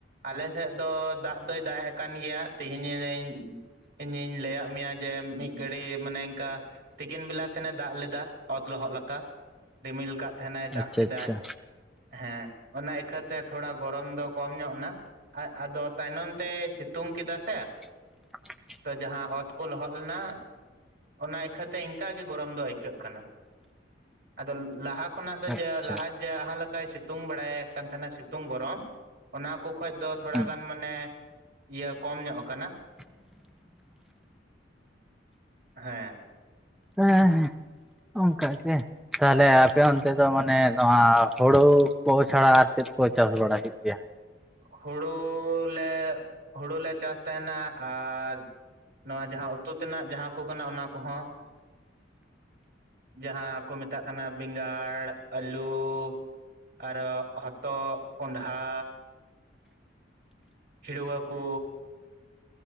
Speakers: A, on the right; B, in the centre.
A: ᱟᱞᱮ ᱥᱮᱜᱼᱼ ᱫᱚ ᱫᱟᱜ ᱫᱚᱭ ᱫᱟᱜ ᱮᱜ ᱠᱟᱱ ᱜᱮᱭᱟ ᱛᱤᱦᱤᱧ ᱟᱱᱤᱧᱼᱼ ᱤᱧᱤᱧ ᱞᱟᱹᱭᱟᱜ ᱢᱮᱭᱟ ᱡᱮ ᱢᱤᱫ ᱜᱷᱟᱹᱲᱤ ᱢᱟᱱᱮ ᱮᱱᱠᱟ ᱛᱤᱠᱤᱱ ᱵᱮᱞᱟᱼᱼ ᱥᱮᱱᱮ ᱫᱟᱜ ᱞᱮᱫᱟ ᱚᱛ ᱞᱚᱦᱚᱜ ᱞᱟᱠᱟ᱾ ᱨᱤᱢᱤᱞ ᱠᱟᱜ ᱛᱟᱦᱮᱸ ᱱᱟᱭ ᱫᱟᱜ
B: ᱟᱪᱪᱷᱟ
A: ᱠᱮᱫᱟᱭ
B: ᱟᱪᱪᱷᱟ
A: ᱦᱮᱸ ᱚᱱᱟ ᱤᱭᱠᱷᱟᱹᱛᱼᱼ ᱛᱮ ᱛᱷᱚᱲᱟ ᱜᱚᱨᱚᱢ ᱫᱚ ᱠᱚᱢ ᱧᱚᱜ ᱱᱟ ᱟ, ᱟᱫᱚ ᱛᱟᱭᱱᱚᱢ ᱛᱮᱭ ᱥᱤᱛᱩᱝ ᱠᱮᱫᱟ ᱥᱮᱼᱼ
B: <inaudible>
A: ᱫᱚ ᱡᱟᱦᱟᱸ ᱚᱛ ᱠᱚ ᱞᱚᱦᱚᱜ ᱞᱮᱱᱟ ᱚᱱᱟ ᱤᱭᱠᱷᱟᱹ ᱛᱮ ᱮᱱᱠᱟ ᱜᱤᱼᱼ ᱜᱚᱨᱚᱢ ᱫᱚ ᱟᱹᱭᱠᱟᱹᱜ ᱠᱟᱱᱟ, ᱟᱫᱚ ᱞᱟᱦᱟ ᱠᱷᱚᱱᱟᱜ ᱫᱚ
B: ᱟᱪᱪᱷᱟ
A: ᱡᱮ ᱞᱟᱦᱟᱼᱼ ᱡᱮ ᱞᱟᱦᱟ ᱞᱮᱠᱟᱭ ᱥᱤᱛᱩᱝ ᱵᱟᱲᱟᱭᱮᱜ ᱠᱟᱱ ᱛᱮᱦᱮᱱᱟ ᱥᱤᱛᱩᱝ ᱜᱚᱨᱚᱢᱼᱼ ᱚᱱᱟ ᱠᱚ ᱠᱷᱚᱡ ᱫᱚ ᱛᱷᱚᱲᱟ
B: ᱦᱩᱸ
A: ᱜᱟᱱ ᱢᱟᱱᱮ ᱤᱭᱟᱹ ᱠᱚᱢ ᱧᱚᱜ ᱟᱠᱟᱱᱟ᱾
B: <inaudible>
A: ᱦᱮᱸ᱾
B: ᱦᱮᱸ ᱦᱮᱸ᱾ ᱠᱟ ᱜᱮ᱾ ᱛᱟᱦᱚᱞᱮ ᱟᱯᱮ ᱚᱱᱛᱮ ᱫᱚ ᱢᱟᱱᱮ ᱱᱚᱣᱟ ᱦᱩᱲᱩ ᱠᱚ ᱪᱷᱟᱲᱟ ᱟᱨ ᱪᱮᱫ ᱠᱚ ᱪᱟᱥ ᱵᱟᱲᱟᱭ ᱴᱷᱤᱠ ᱜᱮᱭᱟ
A: ᱦᱩᱲᱳ ᱞᱮ ᱦᱩᱲᱩ ᱞᱮ ᱪᱟᱥ ᱛᱟᱦᱮᱱᱟ ᱟᱨ ᱱᱚᱣᱟ ᱡᱟᱦᱟᱸ ᱩᱛᱩ ᱛᱮᱱᱟᱜ ᱡᱟᱦᱟᱸ ᱠᱚ ᱠᱟᱱᱟ ᱚᱱᱟ ᱠᱚᱦᱚᱸ, ᱡᱟᱦᱟᱸ ᱠᱚ ᱢᱮᱛᱟᱜ ᱠᱟᱱᱟ ᱵᱮᱸᱜᱟᱲ, ᱟᱹᱞᱩ ᱟᱨᱦᱚ ᱦᱚᱛᱚᱫ, ᱠᱚᱸᱰᱷᱟ ᱠᱷᱤᱲᱣᱟ ᱠᱚ,